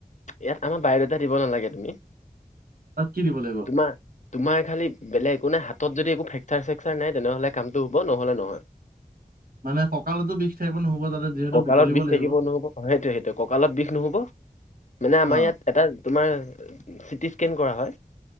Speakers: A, on the left; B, on the right.
A: ইয়াত আমাৰ বায়'ডাটা দিব নালাগে তুমি,
B: তাত কি দিব লাগিব
A: তোমাৰ তোমাৰ খালী বেলেগ একো নাই, হাতত যদি একো ফ্ৰেকচাৰ-চেকচাৰ নাই তেনেহ'লে কামটো হ'ব, নহ'লে নহয়।
B: <inaudible> মানে ককালটো বিষ থাকিব নহ'ব তাতে, যিহেতু
A: কঁকালত
B: বুটালিব
A: বিষ
B: লাগিব।
A: থাকিব নহ'ব সেইটোৱে সেইটোৱে কঁকালত বিষ নহ'ব মানে আমাৰ
B: অ
A: ইয়াত এটা তোমাৰ, চিটি স্কেন কৰা হয়।